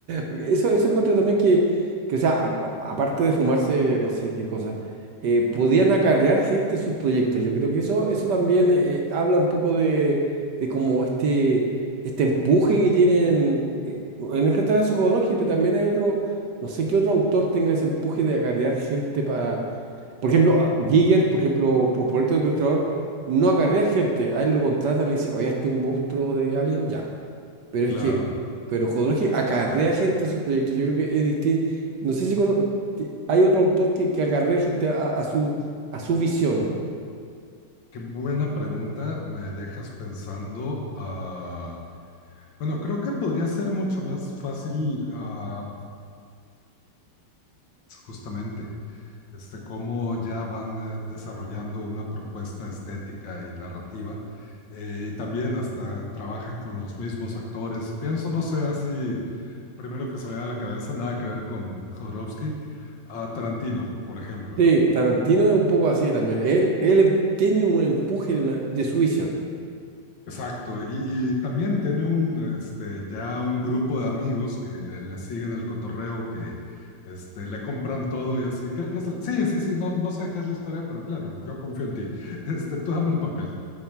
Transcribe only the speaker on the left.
Claro,
qué buena pregunta me dejas pensando. ah, bueno, creo que podría ser mucho más fácil, ah, justamente. este, cómo ya van eh, desarrollando una propuesta estética y narrativa. eh, y también hasta trabajan con los mismos actores. Pienso, no sé, así, primero que se me da a la cabeza, nada que ver con Jodorowsky, a Tarantino, por ejemplo.
Exacto, y, y también tiene un, este, ya un grupo de amigos que le, le siguen el cotorreo, que este, le compran todo y así. "¿Qué es el-?" Sí, sí, sí, no, no sé qué es la historia, pero claro, yo confío en ti. <laughs> Este, tú dame el papel.